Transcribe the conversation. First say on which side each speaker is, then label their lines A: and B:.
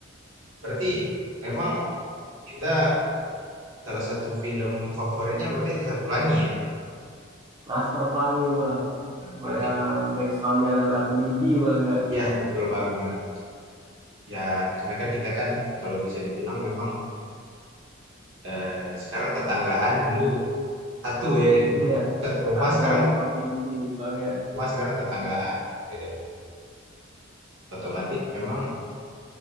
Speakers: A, on the right; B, on the right.
A: Berarti memang kita salah satu film favoritnya berarti Sesar Pelangi ya.
B: Laskar Pelangi Bang.
A: Berarti
B: Yang backsoundnya lagu Nidi Bang ya.
A: iya betul banget. Ya karena kan kita kan kalau bisa dibilang memang eh, sekarang tetanggaan dulu satu ya gitu.
B: <laughs> Iya.
A: Satu rumah
B: Satu
A: sekarang
B: provinsi, Bang ya.
A: rumah sekarang tetanggaan beda rumah. Otomatis memang